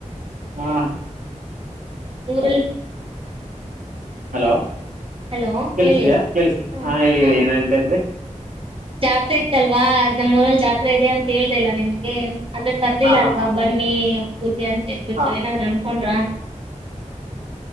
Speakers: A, on the right; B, on the right.
A: ಹಾ
B: ಊರಲ್ಲಿ
A: ಹಲೋ.
B: ಹಲೋ
A: ಕೆಲ್ಸಿದ್ಯಾ
B: ಹೇಳಿ
A: ಕೆಲ್ಸಿ
B: ಹ
A: ಹಾ ಹೇಳಿರಿ
B: ಹ
A: ಏನ್ ಹೇಳ್ತಾ ಇದ್ರಿ.
B: ಜಾತ್ರೆ ಇತ್ತಲ್ವಾ ನಮ್ಮೂಊರಲ್ಲಿ ಜಾತ್ರೆ ಇದೆ ಅಂತ ಹೇಳ್ದಿಲ್ಲ ನಿಮ್ಗೆ. ಆದ್ರೆ ಕರ್ದಿಲ್ಲ
A: ಹಾಂ
B: ಅಲ್ವಾ
A: ಹಾಂ
B: ಬನ್ನಿ ಊರ್ರಿಗೆ ಅಂತ ಹೇಬಿಟ್ಟು
A: ಹಾಂ
B: ಏನಾದ್ ಅನ್ಕೊಂಡ್ರ.